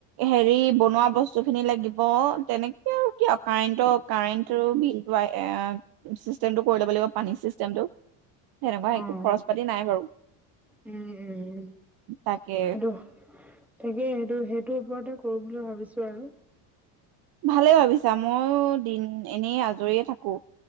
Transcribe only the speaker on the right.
হেৰি বনোৱা বস্তু খিনি লাগিব। অ, তেনেকে আৰু ক আৰু কাৰেণ্টৰ কাৰেণ্টৰ বিল চিষ্টেমটো কৰি ল'ব লাগিব পানী চিষ্টেমটো। তেনেকুৱা একো
খৰচ পাতি নাই বাৰু
তাকে
ভালে ভাবিছা, ময়ো দিন এনেই আজৰিয়ে থাকো